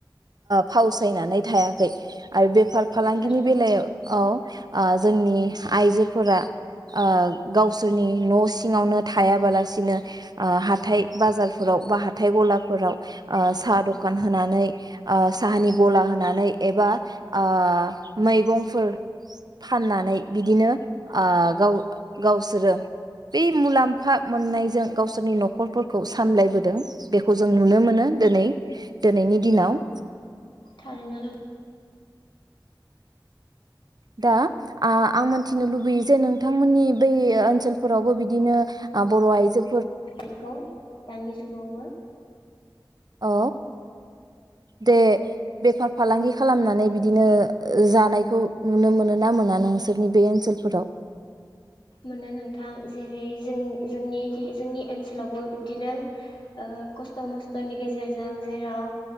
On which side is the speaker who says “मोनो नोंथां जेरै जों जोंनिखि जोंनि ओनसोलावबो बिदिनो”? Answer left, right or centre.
Left